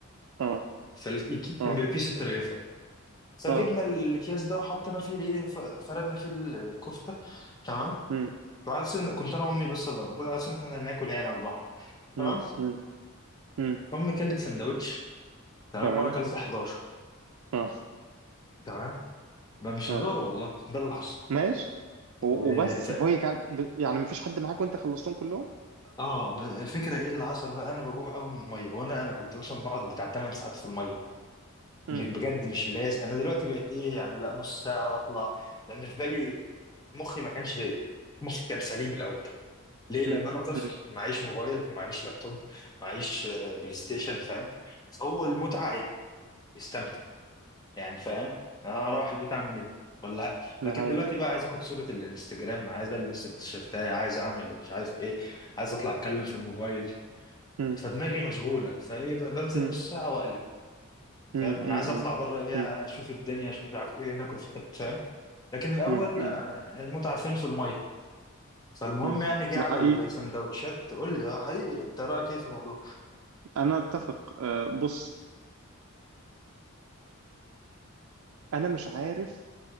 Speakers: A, on the right; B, on the left.
A: اه
B: فالكيس كان
A: اه
B: بيبقى فيه ست رغيفة فجبنا
A: اه
B: الأكياس ده وحطينا فيه الإيه ف- فردنا فيه الكفتة تمام
A: امم
B: وعلى سن كنت أنا وأمي بس اللي موجود على سن إحنا ناكل يعني على البحر تمام
A: امم امم امم
B: فأمي كلت سندوتش تمام
A: تمام
B: وانا كلت 11
A: اه
B: تمام ما مش
A: اه
B: هزار والله ده اللي حصل
A: ماشي و-
B: آه
A: وبس
B: ف...
A: هو كان ب- يعني مفيش حد معاك وانت خلصتهم كلهم
B: اه ب- الفكره ايه اللي حصل بقى انا بجوع قوي من الميه وانا انا كنت مثلا بقعد بتاع 8 ساعات في الميه
A: امم
B: م- بجد مش اللي هي انا دلوقتي بقيت ايه يعني لا نص ساعه واطلع لان في بالي مخي ما كانش مخي كان سليم الاول ليه
A: امم
B: لان انا طفل
A: امم
B: معيش موبايل معيش لابتوب معيش آه، بلاي ستيشن فاهم فهو المتعه ايه استمتع. يعني فاهم انا اروح البيت اعمل ايه ولا
A: ده
B: لكن
A: حقيقي
B: دلوقتي بقى عايز اخد صورة الانستجرام عايز البس التيشيرتاية عايز اعمل مش عارف ايه عايز اطلع اتكلم في الموبايل
A: امم
B: فدماغي مشغولة فايه بقى بنزل
A: امم
B: نص ساعة واقلب فاهم
A: امم
B: انا
A: امم
B: عايز اطلع بره ايه
A: امم
B: اشوف الدنيا اشوف مش عارف ايه ناكل في حتة فاهم لكن الاول
A: امم امم
B: آه، المتعة فين في المية فالمهم
A: امم.
B: يعني
A: <laughs>
B: جه
A: ده
B: على
A: حقيقي
B: السندوتشات قول لي اه حقيقي انت رايك ايه في الموضوع
A: انا اتفق آه، بص انا مش عارف